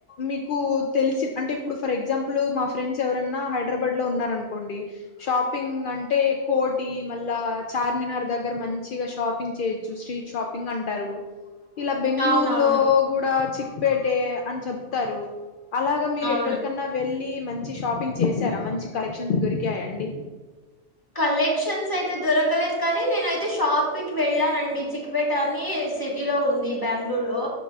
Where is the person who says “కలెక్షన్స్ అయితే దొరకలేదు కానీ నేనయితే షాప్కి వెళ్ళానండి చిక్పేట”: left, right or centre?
Left